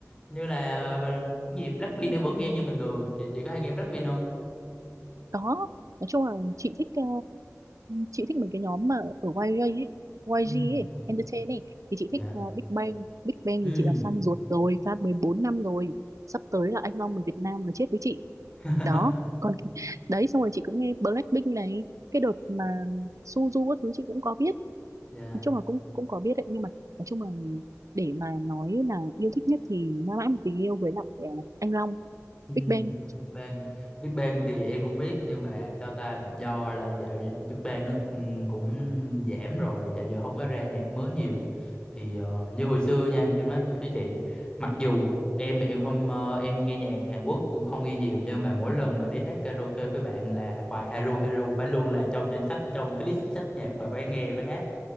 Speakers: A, on the left; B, on the right.
A: Như là ờ, bà- cái gì Blackpink em vẫn nghe như bình thường. Chị chị có hay nghe Blackpink không?
B: đó nói chung là chị thích ờ, chị thích mấy cái nhóm mà ở YG ấy YG
A: Ừ.
B: ấy Entertain ấy thì chị
A: Dạ.
B: thích ờ, Big Bang Big Bang
A: Ừ.
B: thì chị là fan ruột rồi fan 14 năm rồi sắp tới là anh Long người Việt Nam là chết với chị
A: <laughs>
B: đó còn cái- đấy xong rồi chị cũng nghe Blackpink này cái đợt mà Suzu các thứ chị cũng có biết
A: Dạ.
B: nói chung là cũng cũng có biết đấy nhưng mà nói chung là để mà nói là yêu thích nhất thì mãi mãi một tình yêu với lại ờ, anh Long
A: Ừ,
B: Big Bang
A: Big Bang Big Bang thì em cũng biết nhưng mà sao ta do là dạo Big Bang nó ừm, cũng giảm rồi dạo giờ không có ra nhạc mới nhiều thì ờ, như hồi xưa nha em nói với chị mặc dù em thì em không ờ, em nghe nhạc Hàn Quốc cũng không nghe nhiều nhưng mà mỗi lần mà đi hát karaoke với bạn là bài Haru Haru phải luôn là trong danh sách trong cái list sách nhạc mà phải nghe phải hát